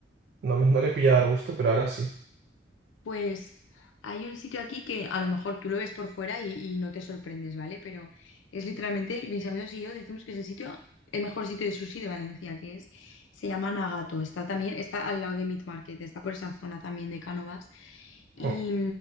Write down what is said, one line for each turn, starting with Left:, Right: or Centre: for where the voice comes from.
Right: no, me- no le he pillado al gusto, pero ahora sí.
Left: Pues hay un sitio aquí que a lo mejor tú lo ves por fuera y, y no te sorprendes, ¿vale? Pero es literalmente, mis amigos y yo decimos que es el sitio, el mejor sitio de sushi de Valencia, que es, se llama Nagato. Está también, está al lado de Meat Market, está por esa zona también de Cánovas. Y,
Right: Mm,